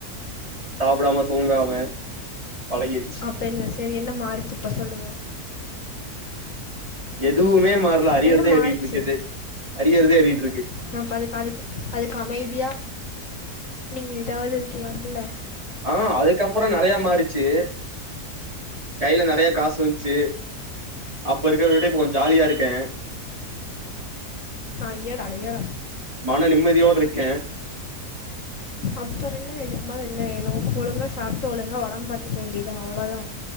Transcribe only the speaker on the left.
அப்ப இருந்து சரி என்ன மாறிச்சி இப்ப சொல்லுங்க
என்ன மாறுச்சு
ப்ப அதுக்கு அதுக்கு அதுக்கு அமைதியா நீங்க ஏதாவது இருக்கலாமுல்ல
ஐய்யட ஐய்யடா யா
அப்பறோ என்னங்க இதுக்கு மேல என்ன வேணு ஒழுங்கா சாப்ட்டு ஒழுங்கா உடம்பு பாத்துக்க வேண்டியதா அவ்ளோதா